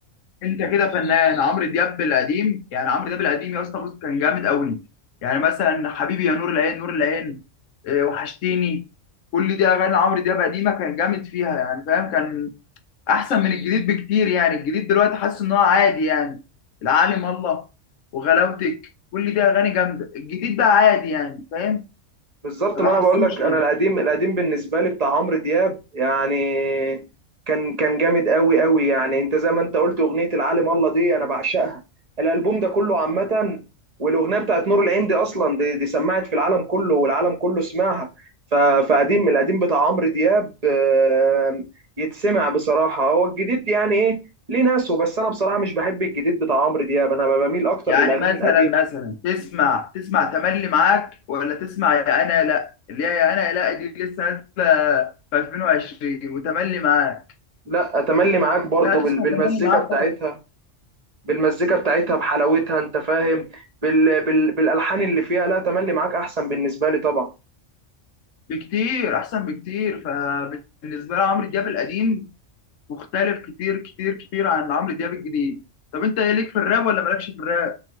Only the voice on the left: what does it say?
انت كده فنان عمرو دياب القديم يعني عمرو دياب القديم يا اسطى بص كان جامد قوي يعني مثلا حبيبي يا نور العين نور العين إيه، وحشتيني كل دي اغاني عمرو دياب قديمه كان جامد فيها يعني فاهم كان احسن من الجديد بكتير يعني الجديد دلوقتي حاسس ان هو عادي يعني العالم الله وغلاوتك كل دي اغاني جامده الجديد بقى عادي يعني فاهم
ما
بحسوش
يعني
يعني
مثلا
مثلا تسمع تسمع تملي معاك ولا تسمع يا انا يا لا اللي هي يا انا يا لا دي لسه نازله في 2020 وتملي معاك
لا
تسمع
تملي معاك
طبعا
بكتير احسن بكتير فبالنسبه لي عمرو دياب القديم مختلف كتير كتير كتير عن عمرو دياب الجديد طب انت ايه ليك في الراب ولا مالكش في الراب